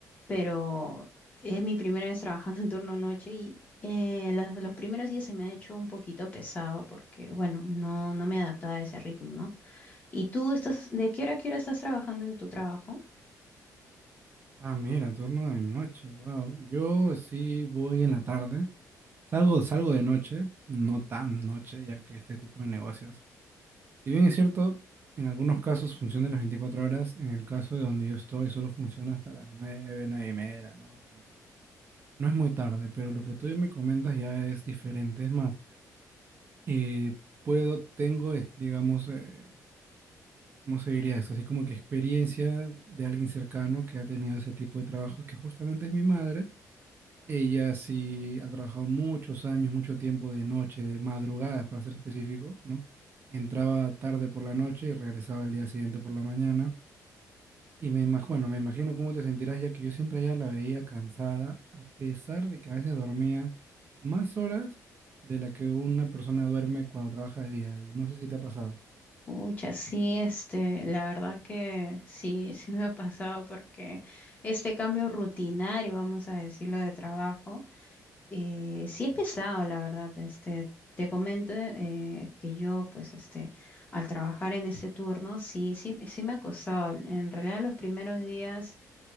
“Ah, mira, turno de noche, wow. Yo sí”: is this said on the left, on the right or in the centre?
Right